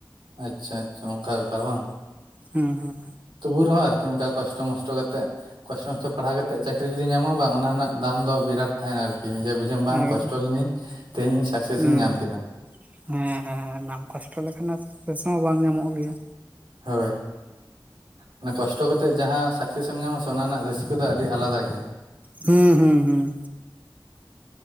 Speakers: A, on the right; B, on the right.
A: ᱟᱪᱪᱷᱟ ᱟᱪᱪᱷᱟ ᱚᱱᱠᱟ ᱵᱮ ᱯᱟᱨ ᱵᱟᱝ
B: ᱦᱩᱸ
A: ᱛᱚᱵᱩ ᱨᱮ ᱦᱚᱸ ᱟᱨᱠᱤ ᱚᱱᱠᱟ ᱠᱚᱥᱴᱚ ᱢᱚᱥᱴᱚ ᱠᱟᱛᱮᱫ ᱠᱚᱥᱴᱚ ᱢᱚᱥᱴᱚ ᱯᱟᱲ ᱦᱟᱣ ᱠᱟᱛᱮᱫ ᱪᱟᱹᱠᱨᱤ ᱡᱩᱫᱤ ᱧᱟᱢᱚᱜᱼᱟ ᱵᱟᱝ ᱚᱱᱟ ᱨᱮᱱᱟᱜ ᱫᱟᱢ ᱫᱚ ᱵᱤᱨᱟᱴ ᱛᱟᱦᱮ ᱱᱟ ᱟᱨᱠᱤ ᱡᱷᱮ ᱵᱩᱡᱷᱟᱹᱢ ᱵᱟᱝ
B: ᱮᱠᱫᱚᱢ
A: ᱠᱚᱥᱴᱚ ᱞᱮᱱᱟᱹᱧ ᱛᱮᱦᱮᱧ ᱤᱧ ᱥᱟᱠ ᱥᱮᱥ
B: ᱦᱩᱸ
A: ᱤᱧ ᱧᱟᱢ ᱠᱮᱫᱟ
B: ᱦᱮᱸ ᱦᱮᱸ ᱵᱟᱢ ᱠᱚᱥᱴᱚ ᱞᱮᱠᱷᱟᱱ ᱥᱟᱠ ᱥᱮᱥ ᱦᱚᱸ ᱵᱟᱝ ᱧᱟ ᱢᱚᱜ ᱜᱮᱭᱟ
A: ᱦᱳᱭ ᱢᱟᱱᱮ ᱠᱚᱥᱴᱚ ᱠᱟᱛᱮᱫ ᱡᱟᱦᱟᱸ ᱥᱟᱠ ᱥᱮᱥ ᱮᱢ ᱧᱟᱢ ᱟ ᱥᱮ ᱚᱱᱟ ᱨᱮᱱᱟᱜ ᱨᱟᱹᱥᱠᱟᱹ ᱫᱚ ᱟᱹᱰᱤ ᱟᱞᱟ ᱫᱟ ᱜᱮᱭᱟ
B: ᱦᱩᱸ ᱦᱩᱸ ᱦᱩᱸ